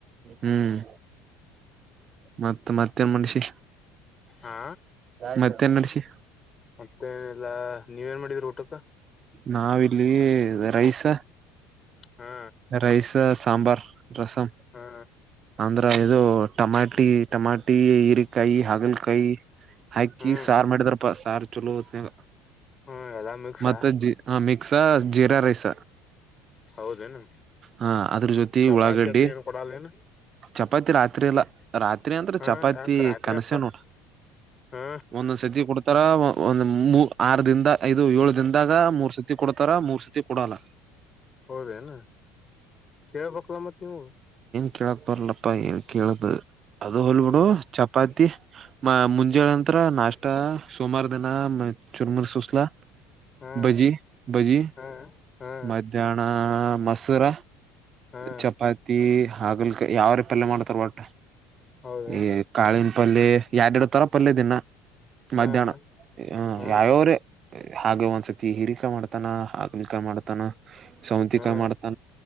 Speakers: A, on the right (about 45°); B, on the left (about 30°).
A: ಹ್ಮ್. ಮತ್ತೆ ಮತ್ತೆ. ಮತ್ತೆ ಮನಷಿ
B: ಹಾ
A: ಮತ್ತೆ. ತಿೆನ್ನಡಿಿಸಿಿ.
B: ಮತ್ತೇನಿಲ್ಲ. ನೀವ ಏನ್ ಮಾಡಿದ್ರರಿ ಊಟಕ್ಕ.
A: ನಾವಿಲ್ಲಿ ರೈಸ.
B: ಹಾ
A: ರೈಸ್. ಸಾಂಬಾರ್. ರಸಂ.
B: ಹಾ
A: ಅಂದ್ರ ಇದು ಟಮಾಟಿ ಟಮಾಟಿ ಈರೆಕಾಯಿ ಹಾಗಲಕಾಯಿ ಅಕ್ಕಿ
B: ಹ್ಮ್
A: ಸಾರು ಮಾಡಿದ್ರಪ್ಪ ಸಾರ್ ಚಲೋತ್ತ
B: ಹ್ಮ್ ಎಲ್ಲಾ ಮಿಕ್ಸಾ
A: ಮತ್ತೆ ಜಿ ಮಿಕ್ಸ ಜೀರಾ ರೈಸ.
B: ಹೌದೇನು
A: ಹಾ ಅದ್ರ ಜೊತೆ
B: ಚಪಾತಿ
A: ಉಳ್ಳಾಗಡ್ಡಿ
B: ಅದು ಏನು ಕೊಡಲ್ಲೇನು
A: ಚಪಾತಿ ರಾತ ತ್ರೇಲ ರಾತ್ರಿ ಅಂದ್ರ
B: ಹಾ
A: ಚಪಾತಿ
B: ಯಾಕ ರಾತ್ರಿ
A: ಕನಸೆ
B: ಯಾಕ ಕೊಡಲ್ಲ
A: ನೋಡು
B: ಹಾ
A: ಒಂದೊಂದ್ ಸತಿ ಕೊಡ ಇಧರ ಬಂದು ಆರು ದಿನದ ಇದು ಏಳು ದಿನದಾಗ ಮೂರ್ ಸತಿ ಕೊಡ್ತಾರ ಮೂರ್ ಸತಿ ಕೊಡಲ್ಲ
B: ಹೌದೇನು ಕೇಳಬೇಕ್ಲ ಮತ್ ನೀವು.
A: ಕಿಳಕ್ ಬರಲ್ಲಪ್ಪ ಏನ್ ಹೇಳೇದು. ಅದು ಹೊಲ್
B: ಹ್ಮ್
A: ಬಿಡು ಚಪಾತಿ. ಮ ಮುಂಜಾನೆ ನಂತ್ರ ನಷ್ಟಾ ಸೋಮಾರ ದಿನ ಮ ಚುರ್ಮರ್ ಸುಸ್ಲಾ.
B: ಹಾ
A: ಬಜಿ ಬಜಿ
B: ಹಾ ಹಾ
A: ಮಧ್ಯಾಹ್ನ. ಹಾ ಮಸ್ತ. ಸುರ
B: ಹಾ
A: ಚಪಾತಿ ಹಾಗಲ್ಕಾಯಿ ಯಾವ ರೆ ಪಲ್ಯ ಮಾಡ್ತಾರ ವಟ್
B: ಹೌದಾ
A: ಏ ಕಳಿಂದ್ ಪಲ್ ಎರಡ್ರಡು ತರ ಪಲ್ಯ ದಿನ
B: ಹಾ
A: ಮಧ್ಯಾಹ್ನ ಹ
B: ಹಾ
A: ಯಾವ್ಯಾವ್ರೇ ಹಾಗೆ ಒಂದ್ಸತಿ ಹಿರಿಕಾಯ ಮಾಡ್ತಾನ ಹಾಗಲಕಾಯ ಮಾಡ್ತಾನ ಸೌಂತಿಕಾಯ
B: ಹಾ
A: ಮಾಡ್ತಾನ.